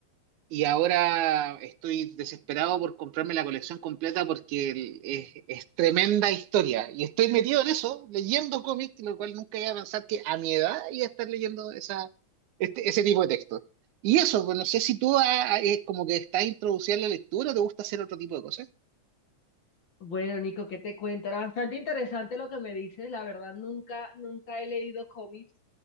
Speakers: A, on the right; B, on the left.
A: y ahora estoy desesperado por comprarme la colección completa porque el- es, es tremenda historia. Y estoy metido en eso, leyendo cómics, lo cual nunca iba a pensar que a mi edad iba a estar leyendo esa, este- ese tipo de textos. Y eso, pues no sé si tú ah, eh, como que estás introducida en la lectura o te gusta hacer otro tipo de cosas.
B: Bueno, Nico, ¿qué te cuento? Era bastante interesante lo que me dices. La verdad, nunca, nunca he leído cómics,